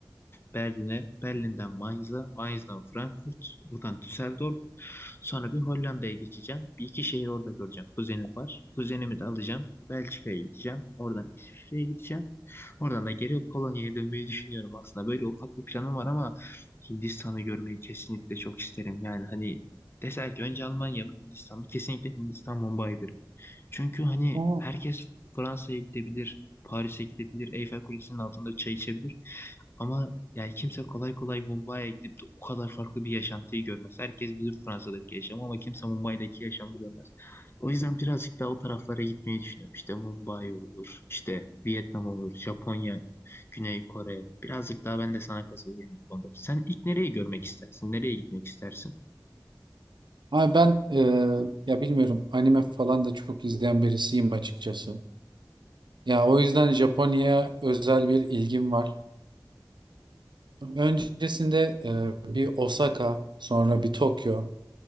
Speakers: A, on the left; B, on the right.
A: Berlin'e, Berlin'den Mainz'a, Mainz'dan Frankfurt, buradan Düsseldorf. Sonra bir Hollanda'ya geçeceğim. Bir iki şehir orada göreceğim. Kuzenim var. Kuzenimi de alacağım. Belçika'ya gideceğim. Oradan İsviçre'ye gideceğim. Oradan da geri Polonya'ya dönmeyi düşünüyorum aslında. Böyle ufak bir planım var ama Hindistan'ı görmeyi kesinlikle çok isterim. Yani hani deser ki önce Almanya mı Hindistan mı? Kesinlikle Hindistan Mumbai'dir. Çünkü hani
B: Aa.
A: herkes Fransa'ya gidebilir, Paris'e gidebilir, Eyfel Kulesi'nin altında çay içebilir. Ama yani kimse kolay kolay Mumbai'ye gidip de o kadar farklı bir yaşantıyı görmez. Herkes bilir Fransa'daki yaşamı ama kimse Mumbai'deki yaşamı görmez. O yüzden birazcık daha o taraflara gitmeyi düşünüyorum. İşte Mumbai olur, işte Vietnam olur, Japonya, Güney Kore. Birazcık daha ben de sana katılıyorum bu konuda. Sen ilk nereyi görmek istersin? Nereye gitmek istersin?
B: Abi ben e, ya bilmiyorum anime falan da çok izleyen birisiyim açıkçası. Ya o yüzden Japonya'ya özel bir ilgim var. Öncesinde e, bir Osaka, sonra bir Tokyo.